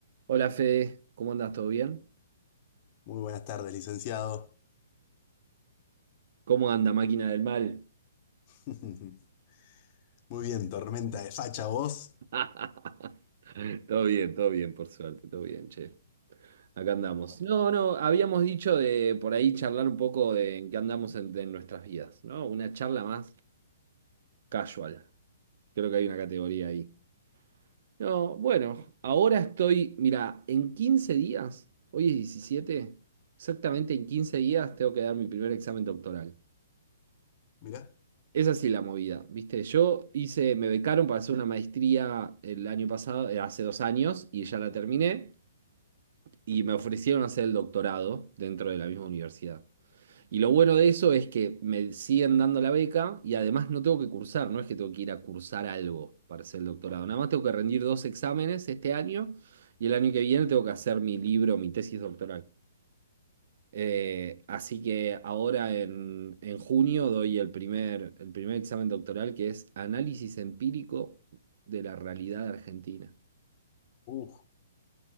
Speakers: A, on the right; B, on the left.
A: Hola Fede, ¿cómo andas? ¿Todo bien?
B: Muy buenas tardes, licenciado.
A: ¿Cómo anda, máquina del mal?
B: <laughs> Muy bien, tormenta de facha vos.
A: <laughs> Todo bien, todo bien, por suerte, todo bien, che. Acá andamos.
B: Bueno,
A: No, no, habíamos dicho de por ahí charlar un poco de en qué andamos en, en nuestras vidas, ¿no? Una charla más casual. Creo que hay una categoría ahí. No, bueno, ahora estoy, mira, en 15 días, hoy es 17, exactamente en 15 días tengo que dar mi primer examen doctoral.
B: mirá,
A: Es así la movida, ¿viste? Yo hice, me becaron para hacer una maestría el año pasado, eh, hace dos años, y ya la terminé, y me ofrecieron hacer el doctorado dentro de la misma universidad. Y lo bueno de eso es que me siguen dando la beca y además no tengo que cursar, no es que tengo que ir a cursar algo para hacer el doctorado, nada más tengo que rendir dos exámenes este año y el año que viene tengo que hacer mi libro, mi tesis doctoral. Eh, así que ahora en, en junio doy el primer, el primer examen doctoral que es Análisis Empírico de la Realidad Argentina.
B: uh,